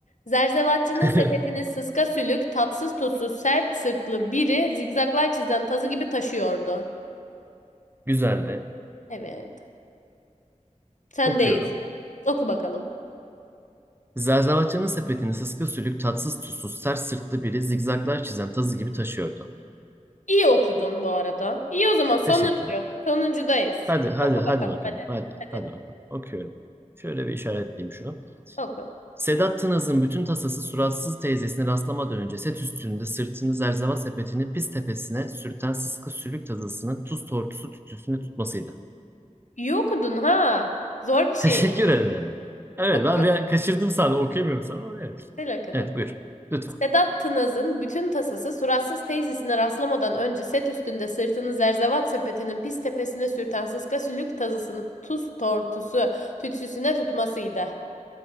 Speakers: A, on the left; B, on the right.
A: Zerzevatçının
B: <laughs>
A: sepetini sıska sülük, tatsız tuzsuz, sert sırtlı biri zigzaklar çizen tazı gibi taşıyordu.
B: Güzel de.
A: Evet. Sendeyiz.
B: Okuyorum.
A: Oku bakalım.
B: Zerzavatçının sepetini sıska sülük, tatsız tuzsuz, sert sırtlı biri zigzaglar çizen tazı gibi taşıyordu.
A: İyi okudun bu arada. İyi o zaman sonuncu.
B: Teşekkür.
A: Sonuncudayız.
B: Hadi hadi
A: Oku
B: hadi
A: bakalım
B: bakalım.
A: hadi.
B: Hadi
A: Hadi
B: hadi bakalım. Okuyorum. Şöyle bir işaretleyeyim şunu.
A: oku.
B: Sedat Tınaz'ın bütün tasası suratsız teyzesini rastlamadan önce set üstünde sırtını zerzeval sepetini pis tepesine sürten sıska sülük tazasının tuz tortusu tütüsüne tutmasıydı.
A: İyi okudun ha. Zor bir şey.
B: Teşekkür ederim. Evet
A: Okuyorum.
B: ben bir an kaçırdım sana okuyamıyorum sana ama evet.
A: Güzel okudun.
B: Evet buyur lütfen.
A: Sedat Tınaz'ın bütün tasası suratsız teyzesine rastlamadan önce set üstünde sırtını zerzevat sepetinin pis tepesine sürten sıska sülük tazısını tuz tortusu tütsüsüne tutmasıydı.